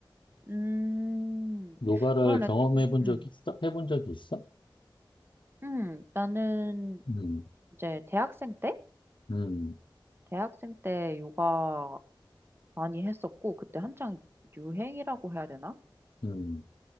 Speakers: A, on the right (about 25°); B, on the left (about 70°).
A: 음,
B: 요가를
A: 그러네,
B: 경험해본
A: 또, 음,
B: 적이 있어? 해본 적이 있어?
A: 음, 나는
B: 음,
A: 이제 대학생 때?
B: 음,
A: 대학생 때 요가 많이 했었고, 그때 한창 유행이라고 해야 되나?
B: 음,